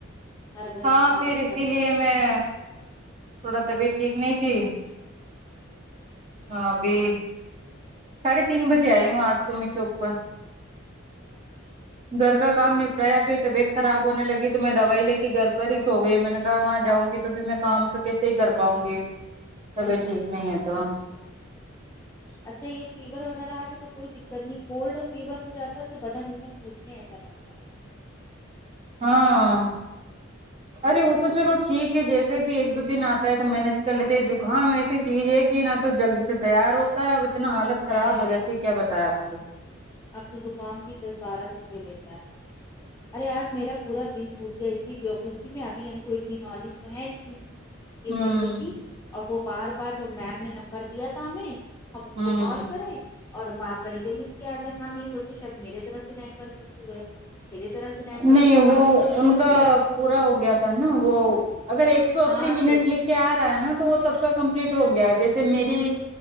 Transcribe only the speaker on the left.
ہر گھر
میں ہر
بچہ
بیمار
ہے
اچھا
صحیح بات
اور
کیا
اچھا یہ فیور وغیرہ اتا تو کوئی دقت نہیں کولڈ اور فیور ہو جاتا ہے تو بدا نظم ٹوٹنے ایسا لگتا ہے ہوتا ہے
کولڈ
اور
فیور
سے
نہیں نہیں
اب تو زکام بھی دس بارہ دن لے لیتا ہے ارے اج میرا پورا دن ٹوٹ گیا اسی بوقوفی میں اب ہم کو اتنی نالج ہے تھی یہ
بت تو تھی اور وہ بار بار جو میم نے نمبر دیا تھا ہمیں ہم اس
کو کال کریں اور با پڑی لکھ کے اجائیں ہم یہ سوچیں شاید میری طرف سے نیٹ ورک ایشو ہے میری طرف سے نیٹ
ورک ایشو
آخر ہم
چھک
گئے
ہاں
تو